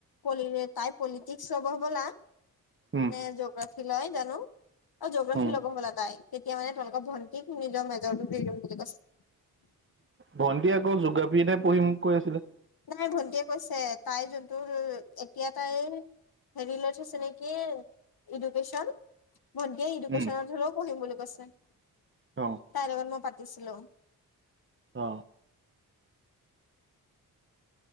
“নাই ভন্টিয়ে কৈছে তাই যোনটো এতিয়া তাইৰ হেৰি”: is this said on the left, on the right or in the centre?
Left